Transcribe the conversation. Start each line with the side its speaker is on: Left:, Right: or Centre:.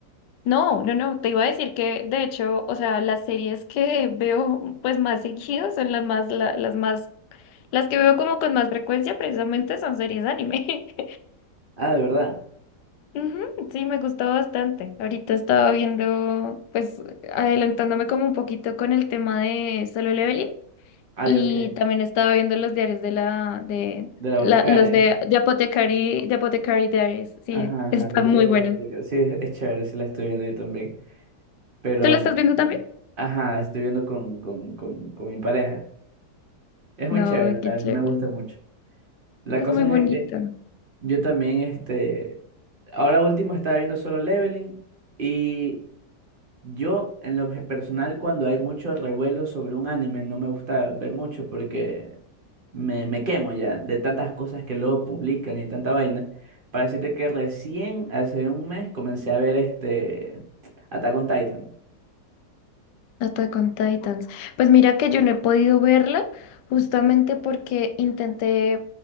Left: No, no, no, te iba a decir que de hecho, o sea, las series que veo pues más seguidas son las más, la- las más, las que veo como con más frecuencia precisamente son series anime. <laughs>
Right: Ah, de verdad.
Left: Ujú, sí, me gustó bastante. Ahorita estaba viendo, pues adelantándome como un poquito con el tema de Solo Leveling
Right: Ah,
Left: y
Right: ya, ok.
Left: también estaba viendo los diarios de la, de,
Right: De la
Left: la,
Right: boticaria.
Left: los de, de Apothecary, de Apothecary Diaries. Sí,
Right: Ajá, ajá,
Left: está
Right: los días
Left: muy bueno.
Right: de la Vaticana. Sí, es, es chévere, sí la estoy viendo yo también. Pero,
Left: ¿Tú lo estás viendo también?
Right: ajá, estoy viendo con, con, con, con mi pareja. Es muy
Left: No,
Right: chévere, la,
Left: qué
Right: verdad,
Left: chévere.
Right: me gusta mucho. La
Left: Es
Right: cosa
Left: muy bonito.
Right: es de que yo también, este, ahora último estaba viendo solo Leveling y yo, en lo personal, cuando hay mucho revuelo sobre un anime, no me gusta ver mucho porque me, me quemo ya de tantas cosas que luego publican y tanta vaina. Para decirte que recién, hace un mes, comencé a ver este... Attack on Titan.
Left: hasta con Titans. Pues mira que yo no he podido verla justamente porque intenté